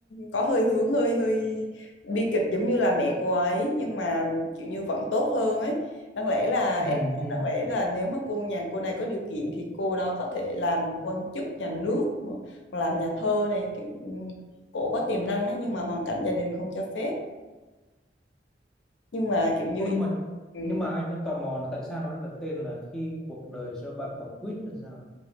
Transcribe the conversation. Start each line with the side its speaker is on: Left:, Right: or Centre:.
Left: có hơi hướng hơi hơi bi kịch giống như là mẹ cô ấy nhưng mà kiểu như vẫn tốt hơn ấy đáng lẽ là
Centre: ừ
Left: em nói,
Centre: ừ
Left: đáng lẽ là nếu mà cô nhà cô này có điều kiện thì cô đó có thể làm quan chức nhà nước làm nhà thơ này kiểu cổ có tiềm năng ấy nhưng mà hoàn cảnh gia đình không cho phép nhưng mà kiểu như
Centre: ô nhưng mà
Left: ừ,
Centre: nhưng mà anh anh tò mò là tại sao nó lại đặt tên là khi cuộc đời cho bạn quả quýt là sao